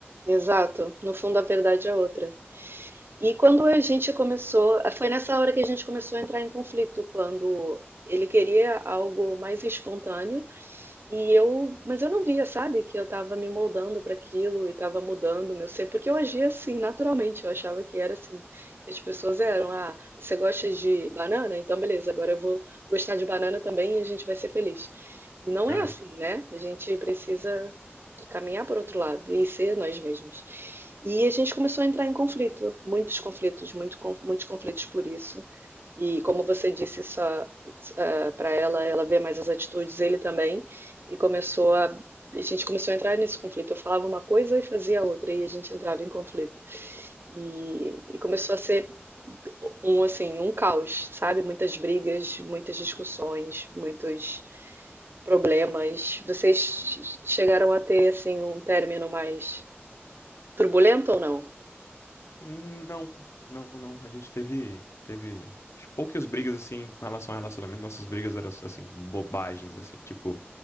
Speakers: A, on the right; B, on the left.
A: Exato, no fundo a verdade é outra. E quando a gente começou, foi nessa hora que a gente começou a entrar em conflito, quando ele queria algo mais espontâneo. E eu, mas eu não via, sabe, que eu tava me moldando para aquilo e tava mudando o meu ser, porque eu agia assim, naturalmente, eu achava que era assim, que as pessoas eram, ah, você gosta de banana? Então beleza, agora eu vou gostar de banana também e a gente vai ser feliz. E não
B: Aham.
A: é assim, né? A gente precisa caminhar por outro lado e ser nós mesmos. E a gente começou a entrar em conflito, muitos conflitos, muito, con- muitos conflitos por isso. E como você disse, só para ela, ela vê mais as atitudes, ele também. E começou a, a gente começou a entrar nesse conflito. Eu falava uma coisa e fazia outra, e a gente entrava em conflito. E, e começou a ser um assim, um caos, sabe? Muitas brigas, muitas discussões, muitos problemas. Vocês chegaram a ter assim um término mais turbulento ou não?
B: Não, não, não. A gente teve, teve poucas brigas assim com relação ao relacionamento. Nossas brigas eram assim bobagens assim, tipo,